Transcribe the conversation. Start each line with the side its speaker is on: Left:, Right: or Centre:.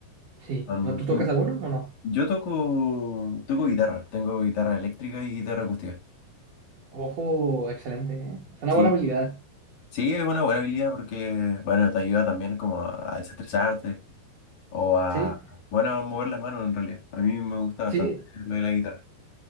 Right: Sí.
Left: Son-
Right: ¿No tú tocas
Left: son-
Right: alguno o no?
Left: yo toco, toco guitarra. Tengo guitarra eléctrica y guitarra acústica.
Right: Ojo, excelente, ¿eh? Es una
Left: Sí,
Right: buena habilidad.
Left: sí, es una buena habilidad porque, bueno, te ayuda también como a, a desestresarte o a,
Right: Sí,
Left: bueno, a mover las manos en realidad. A mí me gusta bastante
Right: sí.
Left: lo de la guitarra.